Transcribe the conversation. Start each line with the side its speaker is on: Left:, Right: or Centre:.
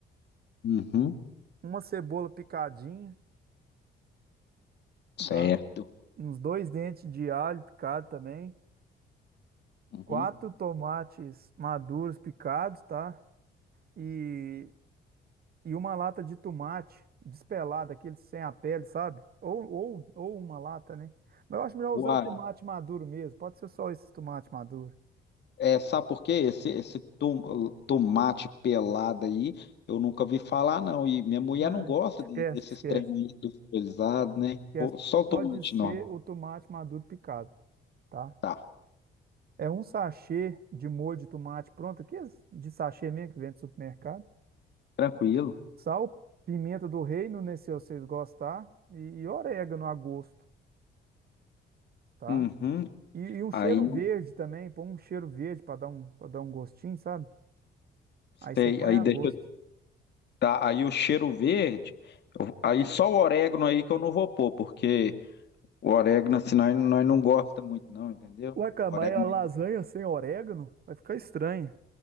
Left: Uhum,
Right: uma cebola picadinha,
Left: certo.
Right: tá? uns dois dentes de alho picado também,
Left: Uhum.
Right: quatro tomates maduros picados, tá? E, e uma lata de tomate despelado, aquele sem a pele, sabe? Ou, ou, ou uma lata, né? Mas eu acho melhor
Left: Uai,
Right: usar o tomate maduro mesmo. Pode ser só esse tomate maduro.
Left: é, sabe por quê? Esse, esse tom- tomate pelado aí, eu nunca vi falar, não. E minha mulher
Right: Não,
Left: não gosta
Right: esquece,
Left: de- desses
Right: esquece,
Left: trem aí industrializados, né?
Right: esquece.
Left: Pô, Só o
Right: Pode
Left: tomate
Right: ser
Left: normal.
Right: o tomate maduro picado, tá?
Left: Tá,
Right: É um sachê de molho de tomate pronto, aqui de sachê mesmo que vem do supermercado.
Left: tranquilo.
Right: Sal, pimenta do reino, né, se vocês gostar, e, e orégano a gosto, tá?
Left: Uhum.
Right: E, e um
Left: Aí,
Right: cheiro verde
Left: eu
Right: também, põe um cheiro verde para dar um, para dar um gostinho, sabe? Aí
Left: sei,
Right: você põe
Left: aí
Right: a
Left: deixa
Right: gosto.
Left: tá? Aí o cheiro verde, eu- aí só o orégano aí que eu não vou pôr, porque o orégano assim nós, nós não gosta muito não, entendeu?
Right: Ué, cara,
Left: O
Right: mas
Left: orégano
Right: a lasanha sem orégano vai ficar estranho.